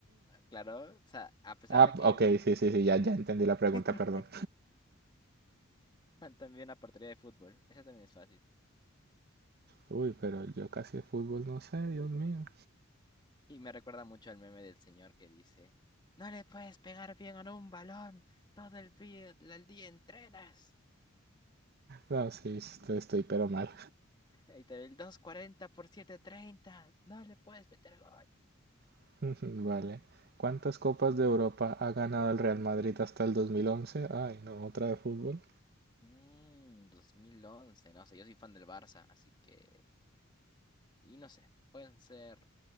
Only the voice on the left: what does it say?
Claro, o sea, a pesar
de que
<laughs>
También una portería de fútbol. Esa también es fácil.
Y me recuerda mucho al meme del señor que dice, no le puedes pegar bien a un balón, todo el día, el día entrenas.
<laughs> Ahí te ve el doscientos cuarenta por setecientos treinta no le puedes meter gol.
Mmm, 2011 no sé, yo soy fan del Barça, así que... Y no sé, pueden ser